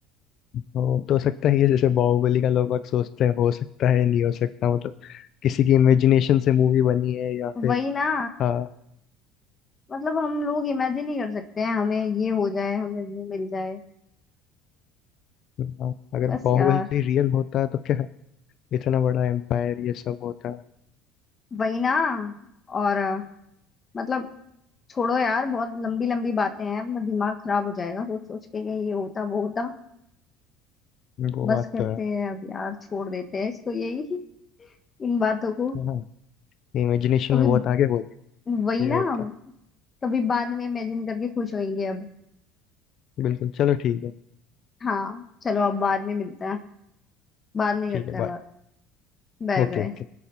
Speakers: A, on the left; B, on the left.
A: हो तो सकता ही है जैसे बाहुबली का लोग बाग सोचते हैं हो सकता है नहीं हो सकता मतलब किसी की इमेजिनेशन से मूवी बनी है या फिर
B: वही ना
A: हाँ
B: मतलब हम लोग इमेजिन ही कर सकते हैं हमें ये हो जाए हमें वो मिल जाए
A: हाँ, अगर
B: बस
A: बाहुबली
B: यार
A: रियल होता तो क्या इतना बड़ा एम्पायर ये सब होता
B: वही ना और अ, मतलब छोड़ो यार बहुत लंबी लंबी बातें हैं अपना दिमाग खराब हो जाएगा सोच सोच के कि ये होता वो होता
A: वो
B: बस
A: बात
B: करते
A: तो है
B: हैं अब यार छोड़ देते हैं इसको यही इन बातों को
A: हाँ इमेजिनेशन
B: कभी
A: में बहुत आगे होती
B: वही
A: ये
B: ना
A: होता
B: हम कभी बाद में इमेजिन करके खुश होंगे अब
A: बिल्कुल चलो ठीक है
B: हाँ चलो अब बाद में मिलते हैं बाद में
A: ठीक
B: करते
A: है
B: हैं
A: बाय
B: बात Bye
A: Okay
B: bye
A: okay